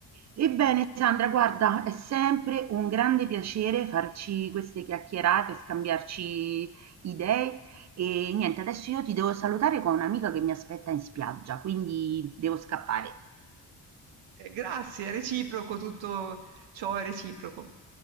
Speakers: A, on the right; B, on the right.
A: Ebbene, Sandra, guarda, è sempre un grande piacere farci queste chiacchierate, scambiarci idee. E niente, adesso io ti devo salutare con un'amica che mi aspetta in spiaggia, quindi devo scappare.
B: Eh, grazie, è reciproco, tutto ciò è reciproco.